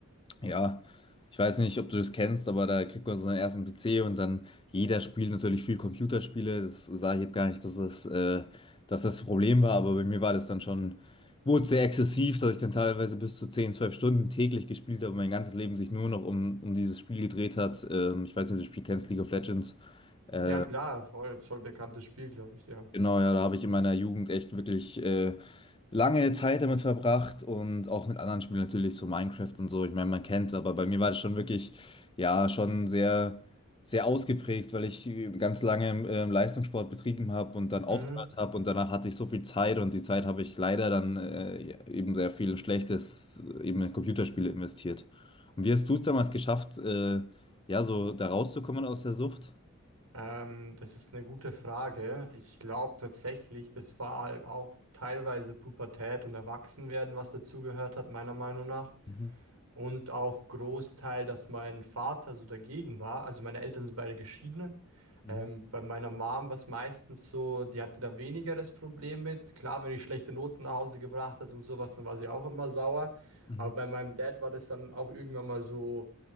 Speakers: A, on the left; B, on the right.
A: Ja, ich weiß nicht, ob du das kennst, aber da kriegt man so seinen ersten PC und dann jeder spielt natürlich viel Computerspiele. Das sage ich jetzt gar nicht, dass das, äh, dass das Problem war, aber bei mir war das dann schon, wurde sehr exzessiv, dass ich dann teilweise bis zu 10, 12 Stunden täglich gespielt habe und mein ganzes Leben sich nur noch um, um dieses Spiel gedreht hat. Ähm, ich weiß nicht, ob du das Spiel kennst, League of Legends. Äh,
B: Ja, klar, voll, voll bekanntes Spiel, glaube ich, ja.
A: genau, ja, da habe ich in meiner Jugend echt wirklich äh, lange Zeit damit verbracht und auch mit anderen Spielen natürlich, so Minecraft und so. Ich meine, man kennt's, aber bei mir war das schon wirklich, ja, schon sehr, sehr ausgeprägt, weil ich ganz lange ähm, Leistungssport betrieben habe und dann
B: Mhm.
A: aufgehört habe und danach hatte ich so viel Zeit und die Zeit habe ich leider dann äh, ja, eben sehr viel in Schlechtes, äh, eben in Computerspiele investiert. Und wie hast du es damals geschafft, äh, ja, so da rauszukommen aus der Sucht?
B: Ähm, das ist eine gute Frage. Ich glaube tatsächlich, das war halt auch teilweise Pubertät und Erwachsenwerden, was dazugehört hat, meiner Meinung nach.
A: Mhm,
B: Und auch Großteil, dass mein Vater so dagegen war. Also meine Eltern sind beide geschiedene.
A: mhm,
B: Ähm, bei meiner Mom war es meistens so, die hatte da weniger das Problem mit. Klar, wenn ich schlechte Noten nach Hause gebracht hat und sowas, dann war sie auch immer sauer.
A: mhm,
B: Aber bei meinem Dad war das dann auch irgendwann mal so